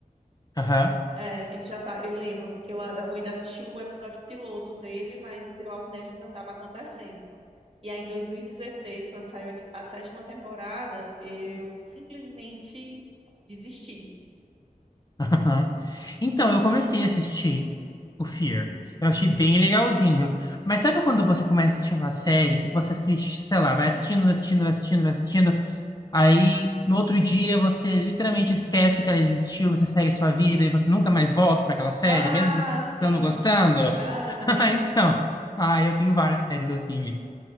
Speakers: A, on the left; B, on the right.
A: Aham.
B: É, ele já tá. Eu lembro que eu, a- eu ainda assisti o episódio piloto dele, mas The Walking Dead ainda estava acontecendo. E aí, em 2016, quando saiu a, t- a sétima temporada, eu simplesmente desisti.
A: Aham. Então, eu comecei a assistir o Fear.
B: Uhum.
A: Eu achei bem legalzinho. Mas sabe quando você começa a assistir uma série que você assiste, sei lá, vai assistindo, vai assistindo, vai assistindo, vai assistindo, aí no outro dia você literalmente esquece que ela existiu, você segue sua vida e você nunca mais volta para aquela série,
B: Ah,
A: mesmo você estando
B: sim.
A: gostando? <laughs>
B: Aham.
A: Ah, Então, ah, eu tenho várias séries assim,